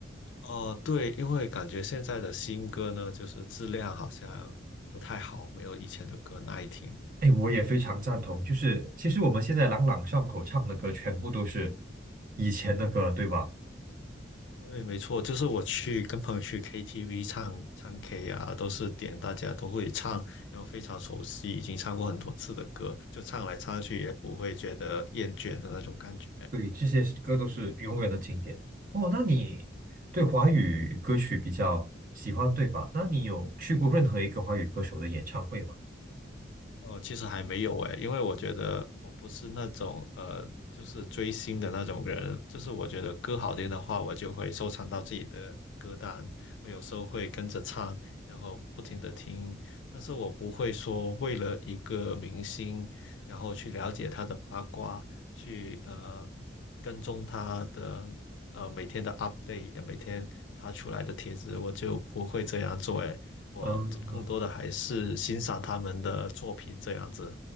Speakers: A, on the left; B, on the right.
A: 哦，对，因为感觉现在的新歌呢，就是质量好像不太好，没有以前的歌耐听。
B: 哎，我也非常赞同。就是其实我们现在朗朗上口唱的歌，全部都是以前的歌，对吧？
A: 对，没错，就是我去跟朋友去 KTV 唱唱 K 啊，都是点大家都会唱，然后非常熟悉，已经唱过很多次的歌，就唱来唱去也不会觉得厌倦的那种感觉。
B: 对，这些歌都是永远的经典。哦，那你对华语歌曲比较喜欢，对吧？那你有去过任何一个华语歌手的演唱会吗？
A: 哦，其实还没有诶，因为我觉得我不是那种呃，就是追星的那种人。就是我觉得歌好听的话，我就会收藏到自己的歌单，我有时候会跟着唱，然后不停的听。但是我不会说为了一个明星，然后去了解他的八卦，去呃跟踪他的呃每天的 update，呃每天发出来的帖子，我就不会这样做诶。我更多的还是欣赏他们的作品这样子。
B: 嗯，